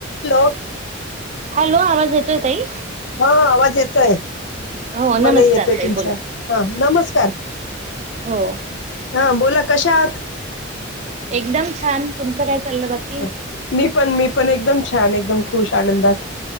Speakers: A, on the left; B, on the right.
A: हॅलो.
B: हॅलो आवाज येतोय ताई.
A: हा आवाज येतोय
B: हो नमस्कार
A: मला येतोय
B: ताई
A: तुमचा
B: बोला
A: हा नमस्कार.
B: हो.
A: हा बोला कशा आहात.
B: एकदम छान तुमचं काय चाललं बाकी
A: ह मी पण मी पण एकदम छान एकदम खुश आनंदात.